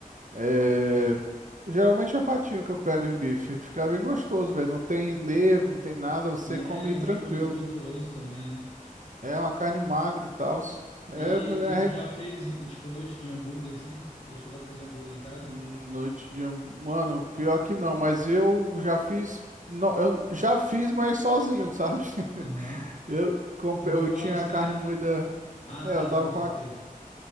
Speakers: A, on the right; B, on the left.
A: é. Geralmente é patinho que eu pego em bife. Fica bem gostoso, velho. Não tem nervo, não tem nada. Você
B: Né?
A: come
B: Não
A: tranquilo.
B: é muito gorduroso também, né?
A: É uma carne magra e tal. É,
B: E, e
A: é
B: tu
A: reco-
B: já fez, tipo, noite de hambúrguer assim? Já chegou a fazer hambúrguer em casa?
A: Hum, noite de. ham- Mano, pior que não, mas eu já fiz. Não, eu já fiz, mas sozinho, sabe? <laughs>
B: Aham.
A: Eu, comp-
B: Comprou
A: eu tinha
B: as
A: a
B: carnes?
A: carne moída.
B: Ah,
A: É,
B: tá,
A: eu tava
B: tu,
A: com
B: tu
A: a
B: fez.